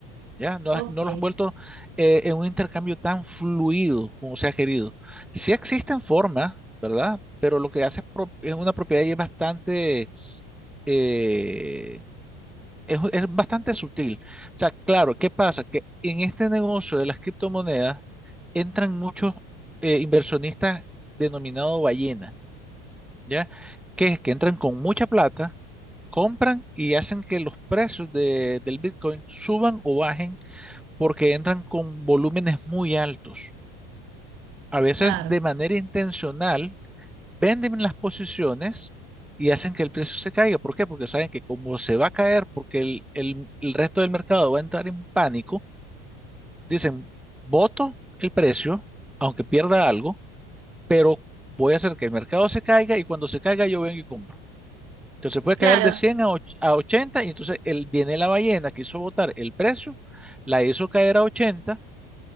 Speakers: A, in the centre; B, on the right.
A: ¿ya? No,
B: ok,
A: no los han vuelto eh, en un intercambio tan fluido como se ha querido. Sí existen formas, ¿verdad? Pero lo que hace es, pro- es una propiedad y es bastante, eh, es, es bastante sutil. O sea, claro, ¿qué pasa? Que en este negocio de las criptomonedas entran muchos eh, inversionistas denominados ballena, ¿ya? Que es que entran con mucha plata, compran y hacen que los precios de- del Bitcoin suban o bajen porque entran con volúmenes muy altos. A veces
B: claro.
A: de manera intencional venden las posiciones y hacen que el precio se caiga. ¿Por qué? Porque saben que como se va a caer, porque el, el- el resto del mercado va a entrar en pánico, dicen, voto el precio, aunque pierda algo, pero voy a hacer que el mercado se caiga y cuando se caiga yo vengo y compro. Entonces puede
B: Claro,
A: caer de 100 a, och- a 80 y entonces el, viene la ballena que hizo votar el precio, la hizo caer a 80